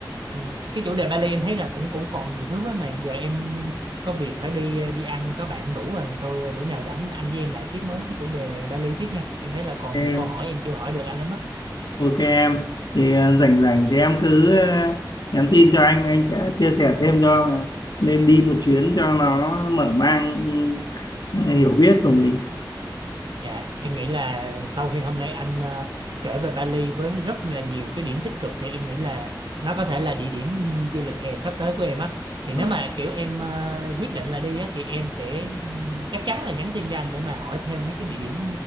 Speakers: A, on the right; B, on the left.
A: Ừ. Cái chủ đề Bali em thấy là cũng cũng còn nhiều thứ quá mà giờ em có việc phải đi đi ăn có bạn rủ rồi thì thôi bữa nào rảnh anh với em lại tiếp nối cái chủ đề Bali tiếp nha em thấy là còn
B: em
A: nhiều câu hỏi em chưa hỏi được anh lắm á
B: ok em thì ờ, rảnh rảnh thì em cứ ờ, nhắn tin cho anh anh sẽ chia sẻ thêm cho là nên đi một chuyến cho nó mở mang ừ, hiểu biết của mình.
A: dạ em nghĩ là sau khi hôm nay anh ờ, kể về Bali với rất là nhiều cái điểm tích cực thì em nghĩ là nó có thể là địa điểm du lịch hè sắp tới của em á thì nếu
B: Ờ,
A: mà kiểu em ờ, quyết định là đi á thì em sẽ ừm, chắc chắn là nhắn tin cho anh để mà hỏi thêm mấy cái địa điểm